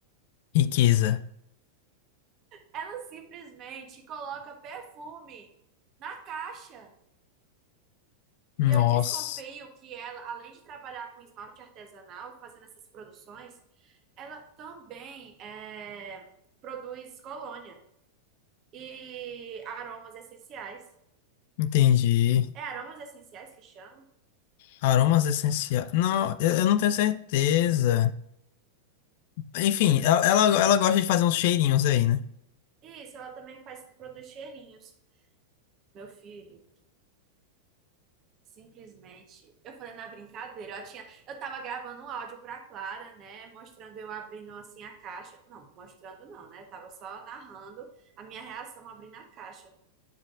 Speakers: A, on the left (about 50°); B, on the right (about 35°).
A: Riqueza.
B: Ela simplesmente coloca perfume na caixa.
A: Nossa.
B: E eu desconfio que ela, além de trabalhar com esmalte artesanal, fazendo essas produções, ela também é, produz colônia e aromas essenciais.
A: Entendi.
B: É aromas essenciais que chama?
A: Aromas essenciais. Não, eu, eu não tenho certeza. Enfim, ela, ela ela gosta de fazer uns cheirinhos aí, né?
B: Isso, ela também faz, produz cheirinhos. Meu filho, simplesmente. Eu falei na brincadeira, eu tinha, eu tava gravando um áudio pra Clara, né? Mostrando eu abrindo assim a caixa. Não, mostrando não, né? Eu tava só narrando a minha reação abrindo a caixa.